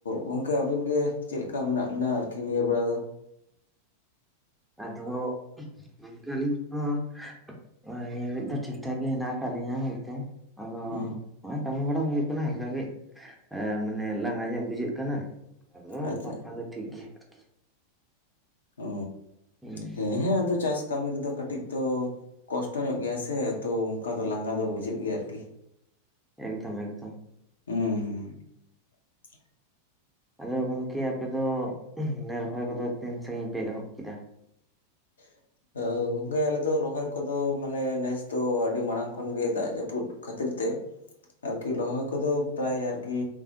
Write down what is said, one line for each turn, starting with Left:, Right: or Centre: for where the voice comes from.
Left: ᱜᱚᱝᱠᱮ ᱟᱵᱤᱱ ᱜᱮ ᱪᱮᱫ ᱞᱮᱠᱟ ᱢᱮᱱᱟᱜ ᱵᱤᱱᱟ ᱟᱨᱠᱤ ᱱᱤᱭᱟᱹ ᱵᱮᱲᱟ ᱫᱚ?
Centre: ᱟᱫᱷᱚ ᱜᱚᱝᱠᱮ ᱟᱹᱞᱤᱧ ᱦᱚᱸ ᱱᱤᱭᱟᱹ ᱜᱷᱟᱹᱲᱤᱡ ᱫᱚ ᱴᱷᱤᱠ ᱴᱷᱟᱠ ᱜᱮ ᱦᱮᱱᱟᱜ ᱟᱠᱟᱫ ᱞᱤᱧᱟ ᱦᱳᱭ ᱛᱳ ᱟᱫᱚ
Left: ᱦᱮᱸ ᱾
Centre: ᱱᱚᱜᱚᱭ ᱠᱟᱹᱢᱤ ᱵᱟᱲᱟ ᱦᱩᱭᱩᱜ ᱠᱟᱱᱟ ᱦᱟᱞᱠᱟ ᱠᱟᱹᱡ ᱢᱟᱱᱮ ᱞᱟᱸᱜᱟ ᱧᱚᱜ ᱵᱩᱡᱷᱟᱹᱜ ᱠᱟᱱᱟ ᱾ ᱦᱮ
Left: ᱟᱪᱪᱷᱟ
Centre: ᱵᱟᱝᱠᱷᱟᱱ ᱫᱚ ᱴᱷᱤᱠ ᱜᱮᱭᱟ ᱾
Left: ᱚ
Centre: ᱦᱩᱸ
Left: ᱦᱮᱸ ᱦᱮᱸ ᱟᱫᱚ ᱪᱟᱥ ᱠᱟᱹᱢᱤ ᱨᱮᱫᱚ ᱠᱟᱹᱴᱤᱡ ᱛᱚ ᱠᱚᱥᱴᱚ ᱧᱚᱜ ᱜᱮᱭᱟ ᱥᱮ ᱛᱚ ᱚᱱᱠᱟ ᱫᱚ ᱞᱟᱸᱜᱟ ᱫᱚ ᱵᱩᱡᱷᱟᱹᱜ ᱜᱮᱭᱟ ᱟᱨᱠᱤ ᱾
Centre: ᱮᱠᱫᱚᱢ ᱮᱠᱫᱚᱢ ᱾
Left: ᱦᱩᱸ ᱦᱩᱸ ᱾ <inaudible>
Centre: ᱟᱫᱚ ᱜᱚᱝᱠᱮ ᱟᱯᱮ ᱫᱚ ᱨᱚᱦᱚᱭ ᱠᱚᱫᱚ ᱛᱤᱱ ᱥᱟᱹᱜᱤᱧ ᱯᱮ ᱮᱦᱚᱵ ᱠᱮᱫᱟ?
Left: <inaudible> ᱜᱚᱝᱠᱮ ᱟᱞᱮ ᱫᱚ ᱨᱚᱦᱚᱭ ᱠᱚᱫᱚ ᱢᱟᱱᱮ ᱱᱮᱥ ᱫᱚ ᱟᱹᱰᱤ ᱢᱟᱲᱟᱝ ᱠᱷᱚᱱᱜᱮ ᱫᱟᱜ ᱡᱟᱹᱯᱩᱫ ᱠᱷᱟᱹᱛᱤᱨ ᱛᱮ ᱟᱨᱠᱤ ᱨᱚᱦᱚᱭ ᱠᱚᱫᱚ ᱯᱨᱟᱭ ᱟᱨᱠᱤ